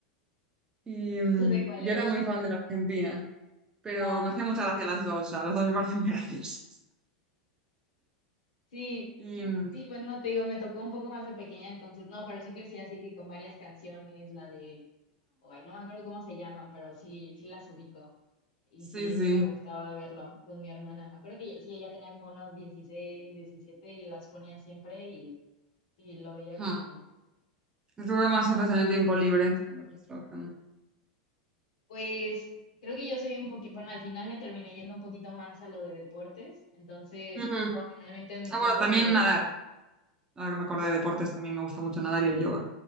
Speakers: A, on the right (about 20°); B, on the left (about 80°).
A: Y mm,
B: ¿Y tú de cuál
A: yo
B: eres?
A: era muy fan de la Argentina, pero
B: No,
A: me hacía mucha gracia las dos, a las dos me parecen muy graciosas.
B: sí,
A: Y mm,
B: sí, pues no te digo, me tocó un poco más de pequeña, entonces no, pero sí crecí así que con varias canciones, la de, ay, no me acuerdo cómo se llaman, pero sí, sí las ubico. Y
A: sí,
B: sí,
A: sí.
B: sí me gustaba verlo con mi hermana. Me acuerdo que ella- sí, ella tenía como unos 16 17 y las ponía siempre y sí, lo veía
A: Hmm.
B: con ella.
A: Tuve más haces en el tiempo libre cuando estás trabajando.
B: Pues creo que yo soy un poquito, bueno, al final me terminé yendo un poquito más a lo de deportes, entonces
A: Ujú.
B: generalmente en mis
A: Ah,
B: tiempos
A: bueno, también
B: libres
A: nadar. Ahora que me acordé de deportes, también me gusta mucho nadar y el yoga.